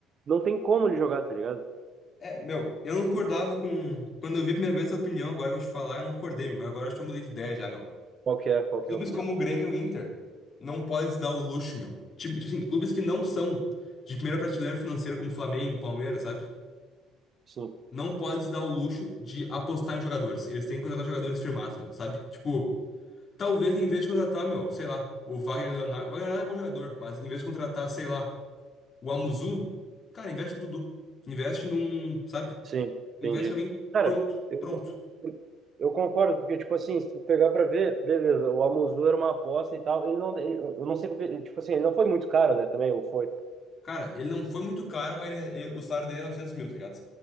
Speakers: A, on the right; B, on the left.
A: não tem como ele jogar, tá ligado?
B: É, meu, eu não concordava com. Quando eu vi a primeira vez essa opinião, agora que eu vou te falar, eu não concordei, meu, mas agora acho que eu mudei de ideia já, meu.
A: Qual que é, qual que
B: Clubes
A: é a opinião?
B: como o Grêmio e o Inter não podem se dar o luxo, meu. Time- Tipo assim, clubes que não são de primeira prateleira financeira, como Flamengo, Palmeiras, sabe?
A: Sim,
B: Não podem se dar o luxo de apostar em jogadores. Eles têm que contratar jogadores firmados, meu, sabe? Tipo. Talvez em vez de contratar, meu, sei lá, o Wagner Leonardo. O Wagner Leonardo é bom jogador, mas em vez de contratar, sei lá, o Amuzu, cara, investe no Dudu. Investe num, sabe?
A: sim, entendi.
B: Investe em alguém
A: Cara,
B: pronto,
A: eu,
B: pronto.
A: eu concordo, porque, tipo assim, se tu pegar pra ver, beleza, o Amuzu era uma aposta e tal, ele não, ele- eu não sei, porque, tipo assim, ele não foi muito caro, né, também, ou foi?
B: Cara, ele não foi muito caro, mas ele- ele- o salário dele é 900 mil, tá ligado?